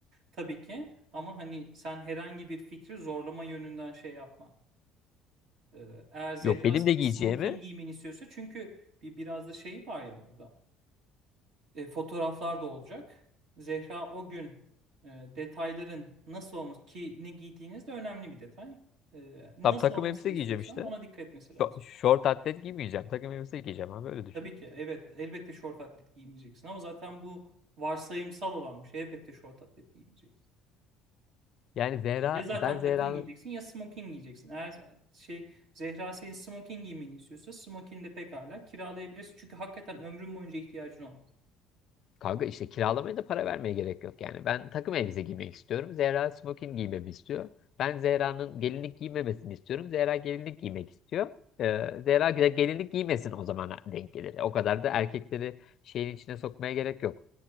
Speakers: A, on the right (about 60°); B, on the left (about 55°).
A: Tabii ki ama hani sen herhangi bir fikri zorlama yönünden şey yapma. Ee, Eğer Zehra
B: Yok benim
A: senin
B: de giyeceğimi
A: smoking giymeni istiyorsa çünkü bir biraz da şey var ya orada. e, fotoğraflar da olacak. Zehra o gün e, detayların nasıl olması ki ne giydiğiniz de önemli bir detay. E, nasıl
B: Tam takım
A: olmasını
B: elbise
A: istiyorsa
B: giyeceğim işte.
A: ona dikkat etmesi lazım.
B: Şo- Şort atlet giymeyeceğim. Takım elbise giyeceğim abi öyle düşün.
A: Tabii ki evet elbette şort atlet giymeyeceksin ama zaten bu varsayımsal olan bir şey. Elbette şort atlet giymeyeceksin.
B: Yani Zehra
A: Ya zaten
B: ben Zehra'nın
A: takım giyeceksin ya smoking giyeceksin. Eğer şey Zehra senin smoking giymeni istiyorsa smoking de pekala kiralayabilirsin. Çünkü hakikaten ömrün boyunca ihtiyacın olmaz.
B: kanka işte kiralamaya da para vermeye gerek yok yani. Ben takım elbise giymek istiyorum. Zehra smoking giymemi istiyor. Ben Zehra'nın gelinlik giymemesini istiyorum. Zehra gelinlik giymek istiyor. Ee, Zehra ge- gelinlik giymesin o zaman denk gelir. O kadar da erkekleri şeyin içine sokmaya gerek yok.